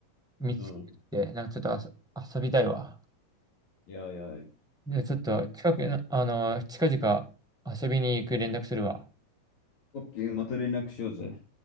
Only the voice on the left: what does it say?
うん。
いやいや、
オッケー、また連絡しようぜ。